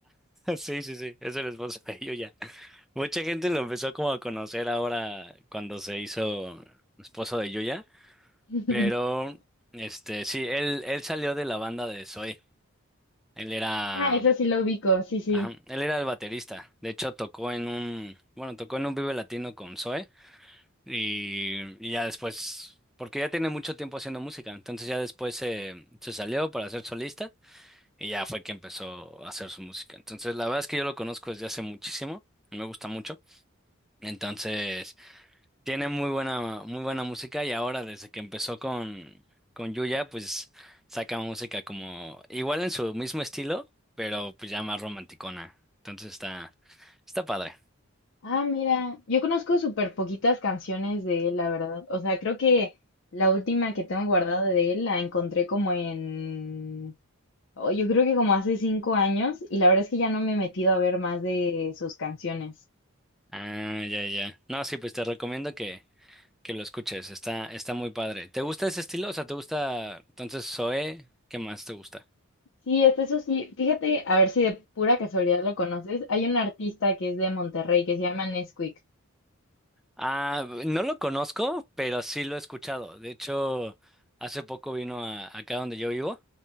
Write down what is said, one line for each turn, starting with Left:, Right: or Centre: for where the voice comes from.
Centre: Sí, sí, sí, es el esposo de ya. Mucha gente lo empezó como a conocer ahora cuando se hizo esposo de Yuya,
Left: <laughs>
Centre: pero este sí, él, él salió de la banda de Zoe. Él era,
Left: Ah, eso sí lo ubico, sí, sí.
Centre: ajá, él era el baterista. De hecho, tocó en un, bueno, tocó en un Vive Latino con Zoe y, y ya después, porque ya tiene mucho tiempo haciendo música, entonces ya después se, se salió para ser solista y ya fue que empezó a hacer su música. Entonces, la verdad es que yo lo conozco desde hace muchísimo, me gusta mucho. Entonces... Tiene muy buena, muy buena música y ahora desde que empezó con, con Yuya, pues saca música como igual en su mismo estilo, pero pues ya más romanticona. Entonces está, está padre.
Left: Ah, mira, yo conozco súper poquitas canciones de él, la verdad. O sea, creo que la última que tengo guardada de él la encontré como en... oh, yo creo que como hace cinco años y la verdad es que ya no me he metido a ver más de sus canciones.
Centre: Ah, ya, ya. No, sí, pues te recomiendo que, que lo escuches. Está, está muy padre. ¿Te gusta ese estilo? O sea, ¿te gusta entonces Zoé? ¿Qué más te gusta?
Left: Sí, hasta eso sí. Fíjate, a ver si de pura casualidad lo conoces. Hay un artista que es de Monterrey que se llama Nesquik.
Centre: Ah, no lo conozco, pero sí lo he escuchado. De hecho, hace poco vino a, acá donde yo vivo